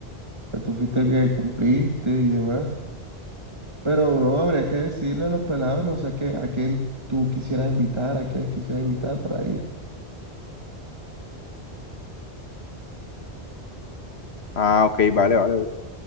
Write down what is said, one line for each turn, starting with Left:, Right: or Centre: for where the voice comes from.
Right: pues tú fuiste el que cumpliste y demás. Pero, bro, habría que decirle a los pelados, no sé a qué- a quién tú quisieras invitar, a quiénes quisieras invitar para ir.
Left: Ah, ok, vale, vale, bro.